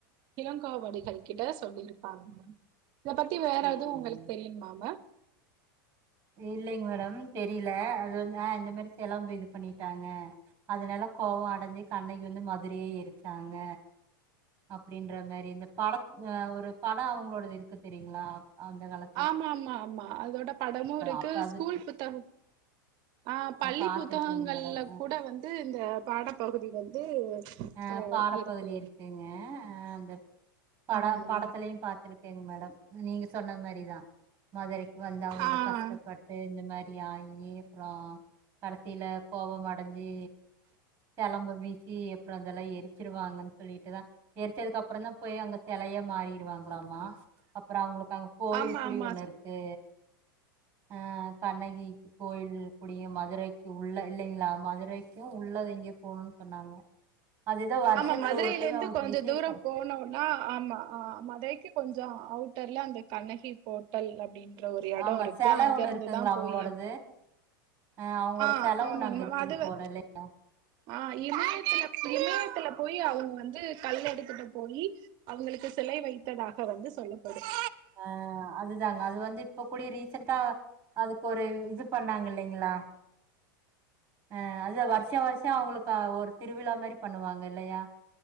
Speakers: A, on the right; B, on the right.
A: இளங்கோவடிகள் கிட்ட சொல்லியிருப்பாங்க மேம் இதப் பத்தி வேற
B: சேரிங்க
A: எது உங்களுக் தெரியுமா மேம்?
B: இல்லிங்க மேடம் தெரில அது வந்து ஆ இந்த மாரி செலம்பு இது பண்ணிட்டாங்க அதுல எல்லா கோவ அடைஞ்சு கண்ணகி வந்து மதுரைய எரிச்சாங்க அப்டின்ற மாரி இந்தப் படத் ஆ ஒரு படம் அவுங்களோடது இருக்கு தெரியுங்களா அந்த காலத்து
A: ஆமா ஆமா ஆமா அதோட படமு இருக்கு
B: அப்ப அது
A: ஸ்கூல் புத்தகம் ஆ பள்ளிப்
B: பாத்துருக்கேங்க
A: புத்தகங்கள்ல
B: மேடம்
A: கூட வந்து இந்த பாடப்பகுதி வந்து
B: ஆ
A: ஆஹ்
B: பாடப்பகுதி
A: இருக்கு
B: இருக்குங்க அ அந்த பட
A: ஆம்.
B: படத்துலயு பாத்துருக்கேங் மேடம் நீங்க சொன்ன மாரிதா மதுரைக் வந்து அவுங்க
A: ஆஹ்
B: கஷ்டப்பட்டு இந்த மாரி ஆயி அப்புறோ கடைசில கோவம் அடைஞ்சி செலம்ப வீசி அப்புறோ அதெல்லா எரிச்சிருவாங்கன்னு சொல்லிட்டுதா எரிச்சதுக் கப்புறந்தா போய் அங்க செலையா மாறிருவாங்க க்கலாமா அப்புறோ அவுங்களுக்கு அங்க கோயில்
A: ஆமா
B: கூடி
A: ஆமா
B: ஒன்னு இருக்கு ஆ கண்ணகி கோயில் கூடிய மதுரைக்கு உள்ள இல்லிங்களா மதுரைக்கும் உள்ளது எங்கயோ போணும்னு சொன்னாங்க அதுதா வருஷத்துல
A: ஆமா மதுரையில
B: ஒரு டைம்
A: இருந்து
B: அவங்களுக்கு
A: கொஞ்ச
B: விசேஷம்
A: தூரம் போணு நா ஆமா ஆ மதுரைக்கு கொஞ்சொ அவுட்டர்ல அந்த கண்ணகி போட்டல் அப்டின்னு ற ஒரு எடம்
B: ஆமா
A: இருக்கு
B: செல
A: அங்க
B: ஒண்ணு
A: இருந்து
B: இருக்குங்களா
A: தா
B: அவங்களோடது
A: போயி
B: அ அவங்களோட
A: ஆ
B: செலவு
A: ஆமாங்க
B: ஒண்ணு அங்க
A: மேம்
B: இருக்குது
A: அதுல
B: போல இல்லையா
A: ஆ இமயத்துல இமயத் த்துல போயி அவுங்க வந்து கல் எடுத்துட்டு போயி அவுங்களுக்கு சிலை வைத்ததாக வந்து சொல்லப்படும்
B: ஆ அதுதாங்க அது வந்து இப்ப கூடி ரீசென்ட்டா அதுக்கொரு இது பண்ணாங்க இல்லைங்களா அ அதுதா வருஷா வருஷம் அவுங்களுக்கு ஒரு திருவிழா மாரி பண்ணுவாங்க இல்லையா